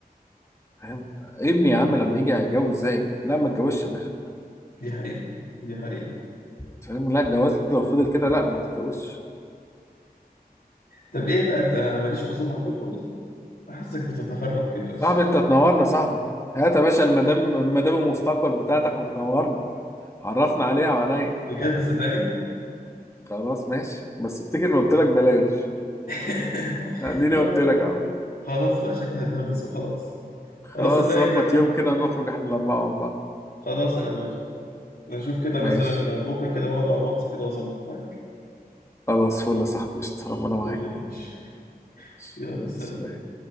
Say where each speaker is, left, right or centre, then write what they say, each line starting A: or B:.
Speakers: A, on the left; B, on the left.
A: فاهم ابني يا عم لما يجي هيتجوز ازاي لا ما تجوزش يا باشا
B: دي حقيقة دي حقيقة
A: أنت فاهم لا الجواز لو فضل كده لا ما تتجوزش
B: طب إيه بقى أنت ماليش عزومة عندكم ولا إيه؟ بحسك بتتهرب كده مش
A: صاحبي انت تنورنا صاحبي هات يا باشا المدام المدام المستقبل بتاعتك وتنورنا عرفنا عليها وعليا
B: بجد صدقني
A: خلاص ماشي بس افتكر اني قلت لك بلاش
B: <laughs>
A: اديني
B: لا
A: قلت
B: خ-
A: لك اهو
B: خلاص بقى شكلي هتدبس وخلاص
A: خلاص
B: خلاص صدقني
A: ظبط
B: كده في
A: يوم
B: مخ
A: كده ونخرج احنا الاربعه مع بعض
B: خلاص أنا موافق نشوف كده
A: ماشي
B: مثلا بكرة كده بقعد على الواتس كده وأظبط معاك
A: خلاص فل يا صاحبي قشطة. ربنا معاك
B: قول لي يا باشا
A: ماشي،
B: يلا
A: يلا
B: سلام
A: سلام.